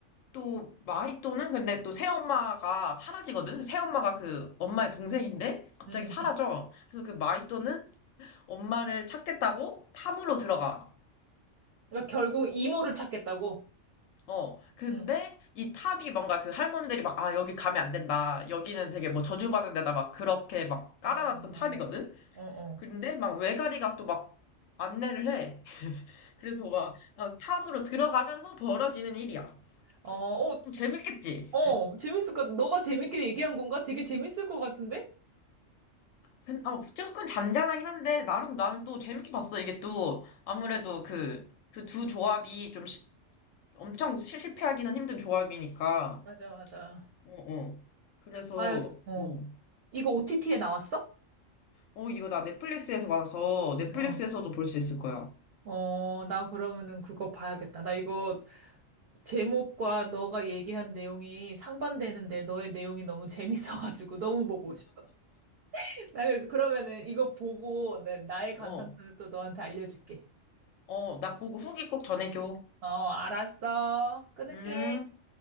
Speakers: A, on the left (about 85°); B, on the right (about 55°).
A: 또 마히또는 근데 또 새엄마가 사라지거든? 새엄마가 그 엄마의 동생인데 갑자기
B: 음.
A: 사라져. 그래서 그 마히또는 엄마를 찾겠다고 탑으로 들어가.
B: 그러니까 결국 이모를 찾겠다고?
A: 어, 근데
B: 음.
A: 이 탑이 뭔가 그 할멈들이 막, 아, 여기 가면 안 된다. 여기는 되게 뭐 저주받은 데다 막 그렇게 막 깔아놨던
B: 어, 어,
A: 탑이거든?
B: 어,
A: 근데 막 외가리가 또 막 안내를 해. 그래서 막 어, 탑으로 들어가면서 벌어지는 일이야.
B: 어, 어,
A: 좀 재밌겠지?
B: 어, 어, 재밌을 것 같, 너가 재밌게 얘기한 건가? 되게 재밌을 것 같은데?
A: 근- 어, 조금 잔잔하긴 한데 나름 나는 또 재밌게 봤어. 이게 또 아무래도 그 그 두 조합이 좀 시- 엄청 실- 실패하기는 힘든 조합이니까.
B: 맞아, 맞아.
A: 어, 어. 그래서
B: 봐야, 어.
A: 어,
B: 이거 OTT에 나왔어?
A: 어 이거 나 넷플릭스에서 봐서 넷플릭스에서도
B: 어.
A: 볼 수 있을 거야.
B: 어, 나 그러면은 그거 봐야겠다. 나 이거 제목과 너가 얘기한 내용이 상반되는데 너의 내용이 너무 재밌어가지고 <laughs> 너무 보고 싶어. <laughs> 나 그래서 그러면은 이거 보고 내- 나의
A: 어,
B: 감상평을 또 너한테 알려줄게.
A: 어, 나 보고 후기 꼭 전해줘.
B: 어, 알았어. 끊을게.
A: 음.